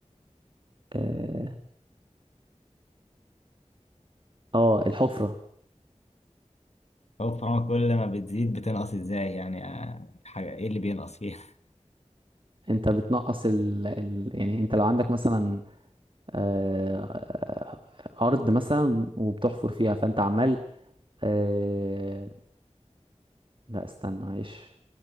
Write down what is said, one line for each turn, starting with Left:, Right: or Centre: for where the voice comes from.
Right: اه آه، الحفرة
Left: هو فاهمة كل ما بتزيد بتنقص إزاي يعني آه، حاجة إيه اللي بينقص فيها
Right: انت بتنقص ال... ال... يعني انت لو عندك مثلا آه... آه، أرض مثلا وبتحفر فيها فانت عمال آه، لا استنى معلش